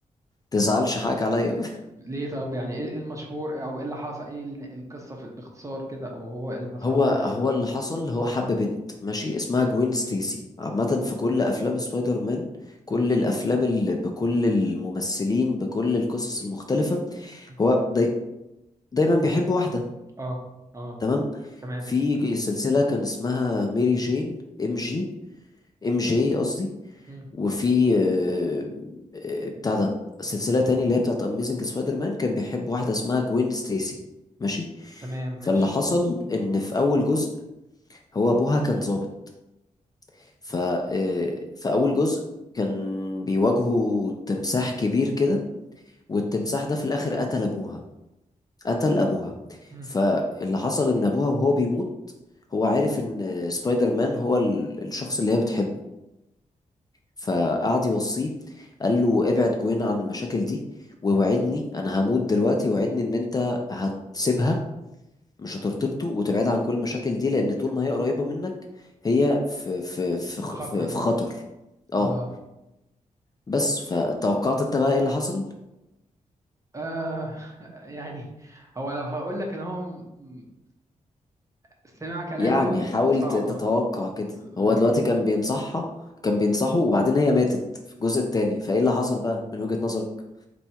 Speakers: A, on the left; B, on the right.
A: تزعلش حقك عليا <laughs>
B: ليه طب يعني ايه إيه المشهور او ايه اللي حصل ايه ال- القصه في باختصار كده او هو ايه اللي حصل
A: هو
B: له
A: هو
B: يعني
A: اللي حصل هو حب بنت ماشي اسمها جوين ستيسي عامة في كل أفلام سبايدر مان كل
B: مم.
A: الأفلام اللي بكل الممثلين بكل القصص المختلفة
B: مم.
A: هو داي دايما بيحب واحدة
B: اه اه
A: تمام
B: مم. تمام
A: في ج- سلسلة كان اسمها ميري جين ام جي ام جي قصدي
B: مم.
A: وفي آه، آه، بتاع ده سلسلة تاني اللي هي بتاعت أميزنج سبايدر مان كان بيحب واحدة اسمها جوين ستيسي ماشي
B: تمام
A: فاللي
B: ماشي
A: حصل إن في أول جزء هو أبوها كان ظابط ف آه، في أول جزء كان بيواجهوا تمساح كبير كده والتمساح ده في الآخر قتل أبوها قتل أبوها
B: مم.
A: فاللي حصل إن أبوها وهو بيموت هو عارف إن سبايدر مان هو ال- الشخص اللي هي بتحبه فقعد يوصيه قال له ابعد جوين عن المشاكل دي ووعدني انا هموت دلوقتي وعدني ان انت هتسيبها مش هترتبطه وتبعد عن كل المشاكل دي لان طول ما هي قريبة منك هي في في في خ-
B: خطر
A: في, في
B: مثلا
A: خطر اه
B: اه
A: بس فتوقعت انت بقى ايه اللي حصل
B: آه <laughs> يعني هو لو هقول لك ان هو م- م- استماع كلامه
A: يعني حاول
B: صعبة
A: ت- تتوقع كده هو
B: لو
A: دلوقتي كان بينصحها كان بينصحه وبعدين هي ماتت في الجزء التاني فايه اللي حصل بقى من وجهة نظرك